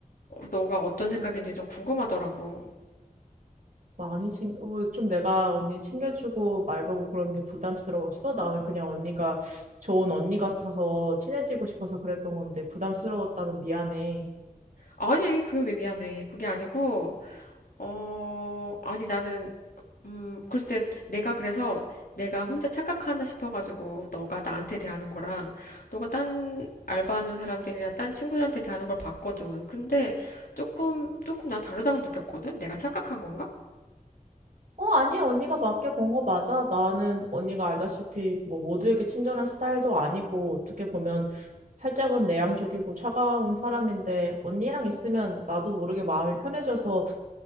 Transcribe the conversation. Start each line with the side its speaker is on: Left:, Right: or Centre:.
Left: 너가 어떤 생각인지 좀 궁금하더라고.
Right: 많이 챙겨 좀 내가 언니 챙겨주고 말 걸고 그러는 게 부담스러웠어? 나는 그냥 언니가 좋은 언니 같아서 친해지고 싶어서 그랬던 건데 부담스러웠다면 미안해.
Left: 아니 그게 왜 미안해 그게 아니고 어, 아니 나는 음, 글쎄 내가 그래서 내가 혼자 착각하나 싶어가지고 너가 나한테 대하는 거랑 너가 딴 알바하는 사람들이나 딴 친구들한테 대하는 걸 봤거든. 근데 조금 조금 난 다르다고 느꼈거든. 내가 착각한 건가?
Right: 어, 아니야. 언니가 맡겨본 거 맞아. 나는 언니가 알다시피 뭐 모두에게 친절한 스타일도 아니고 어떻게 보면 살짝은 내향적이고 차가운 사람인데 언니랑 있으면 나도 모르게 마음이 편해져서